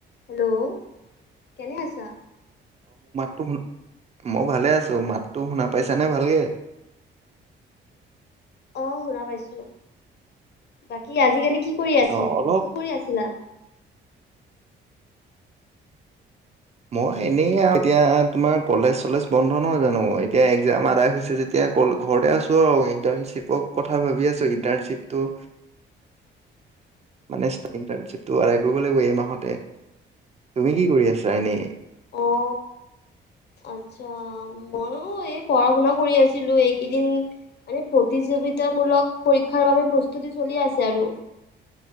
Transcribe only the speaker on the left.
হেল্ল' কেনে আছা?
অ শুনা পাইছো, বাকী আজিকালি কি কি কৰি আছিল
কি কৰি আছিলা?
উ <inaudible>
অ। আচ্ছা, মইয়ো এই পঢ়া -শুনা কৰি আছিলো এইকেইদিন মানে প্ৰতিজ গীতামূলক পৰীক্ষাৰ বাবে প্ৰস্তুতি চলি আছে আৰু।